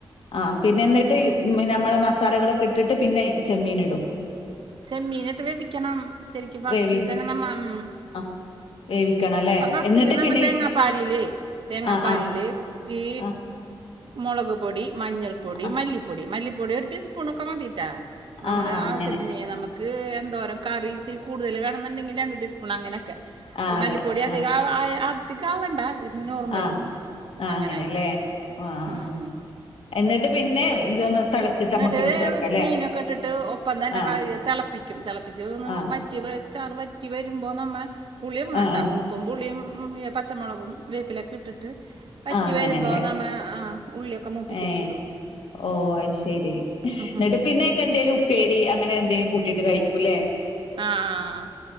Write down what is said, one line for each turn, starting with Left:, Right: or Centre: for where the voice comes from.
Left: ആഹ് പിന്നെ എന്നി നമ്മളെ സാലകളൊക്കെ ഇട്ടിട്ട് പിന്നെ ചെമ്മീൻ ഇടും.
Right: ചെമ്മീൻ ഇട്ട് വേവിക്കണം ശെരിക്കും ഫസ്റ്റീ
Left: വേവി
Right: തന്നെ നമ്മമ്
Left: ആഹ് വേവിക്കണം അല്ലേ
Right: ഫസ്റ്റീല്
Left: എന്നിട്ട്
Right: നമ്മൾ
Left: പിന്നെ
Right: തേങ്ങാപ്പാലില് തേങ്ങാപ്പാലീല്
Left: ആഹ്
Right: ഈ
Left: ആഹ്
Right: മുളക് പൊടി, മഞ്ഞൾപ്പൊടി,
Left: ആഹ് ആഹ്
Right: മല്ലിപ്പൊടി മല്ലിപ്പൊടി ഒരു ടീസ്പൂണ്ക്കെ മതി ട്ടോ നമ്മള്
Left: ആഹ് ആഹ്
Right: ആവശ്യത്തി
Left: അങ്ങനെ
Right: പിന്നെ നമുക്ക് എന്തോരം കറിത്തിരി കൂടുതൽ വേണെന്നുണ്ടെങ്കിൽ രണ്ടു ടീസ്പൂൺ അങ്ങനെയൊക്കെ
Left: ആഹ് അതെ
Right: മല്ലിപ്പൊടി അധിക
Left: ആഹ്
Right: ആവ ആയ അധിക ആവണ്ട നോർമല്
Left: ആഹ് ആഹ്
Right: അങ്ങനായിട്ട്
Left: അങ്ങനെല്ലേ ആഹ് ആഹ്
Right: ഉം.
Left: ആഹ് എന്നിട്ട് പിന്നെ ഇതൊന്ന് തിളച്ചിട്ട്
Right: എന്നിട്ട്
Left: നമുക്ക് എടുത്ത് വെക്കാം അല്ലേ
Right: മീനൊക്കെ ഇട്ടിട്ട് ഒപ്പം തന്നെ
Left: ആഹ്
Right: തിളപ്പിക്കും തിളപ്പിച്ച് ഒന്ന്
Left: ആഹ്
Right: വറ്റി ചാറ് വറ്റി വരുമ്പോൾ നമ്മ പുളി ഇടണം
Left: ആഹ്
Right: ട്ടോ
Left: ആഹ്
Right: പൂപ്പും പുളിയും പച്ചമുളകും വേപ്പിലൊക്കെ ഇട്ടിട്ട് വറ്റി
Left: ആഹ് അങ്ങനെല്ലേ
Right: വരുമ്പോ നമ്മ ആ ഉള്ളിയൊക്കെ മൂപ്പിച്ചിട്ടിടും
Left: ഏഹ് ഓഹ് അത് ശരി
Right: ഉം ഹും.
Left: ന്നിട്ട് പിന്നെ എന്തേലും ഉപ്പേരി അങ്ങനെ എന്തേലും കൂട്ടീട്ട് കഴിക്കൂലേ
Right: ആഹ് ആഹ്